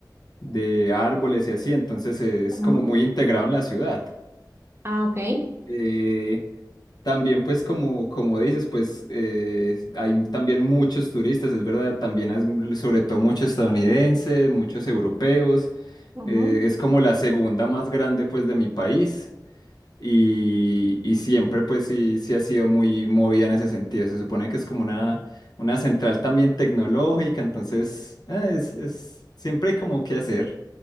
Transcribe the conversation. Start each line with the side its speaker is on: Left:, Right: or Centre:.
Left: de árboles y así, entonces es
Right: Ujú.
Left: como muy integrado en la ciudad.
Right: Ah, ok.
Left: Eh, también pues como, como dices, pues eh, hay también muchos turistas, es verdad, también hay sobre todo muchos estadounidenses, muchos europeos.
Right: Ujú.
Left: Eh, es como la segunda más grande pues de mi país y, y siempre pues sí, sí ha sido muy movida en ese sentido. Se supone que es como una, una central también tecnológica, entonces eh, es, es- siempre hay como que hacer.